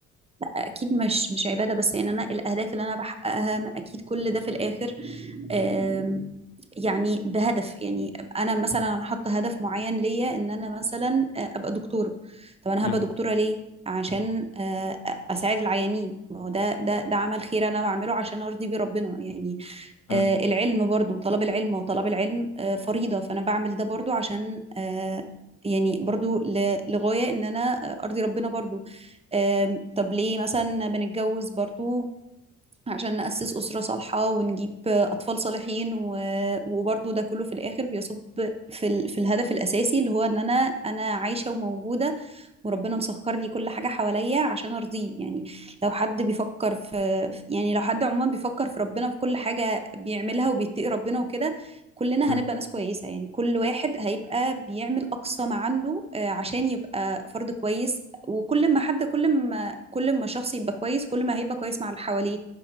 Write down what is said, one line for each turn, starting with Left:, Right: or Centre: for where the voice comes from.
Right: اكيد مش مش عباده بس يعني انا الاهداف اللي انا بحققها اكيد كل ده في الاخر آم، يعني بهدف يعني انا مثلا انا حاطه هدف معين ليا ان انا مثلا آه، ابقى دكتوره طب انا
Left: مم.
Right: هبقى دكتوره ليه عشان آه، اساعد العيانين ما هو ده ده ده عمل خير انا بعمله عشان ارضي بيه ربنا يعني
Left: مم.
Right: آه، العلم برضو طلب العلم وطلب العلم آه، فريضة فأنا بعمل ده برضو عشان آه، يعني برضو ل- لغاية إن أنا آه، أرضي ربنا برضو آم،
Left: مم.
Right: طب ليه مثلا بنتجوز برضو عشان نأسس أسرة صالحة ونجيب آه، أطفال صالحين و- وبرضو ده كله في الآخر بيصب في ال- في الهدف الأساسي اللي هو إن أنا أنا عايشة وموجودة وربنا مسخر لي كل حاجة حواليا عشان أرضيه يعني لو حد بيفكر في يعني لو حد عموما بيفكر في ربنا في كل حاجة بيعملها وبيتقي ربنا وكده كلنا
Left: مم.
Right: هنبقى ناس كويسة يعني كل واحد هيبقى بيعمل أقصى ما عنده آه، عشان يبقى فرد كويس وكل ما حد كل ما كل ما الشخص يبقى كويس كل ما هيبقى كويس مع اللي حواليه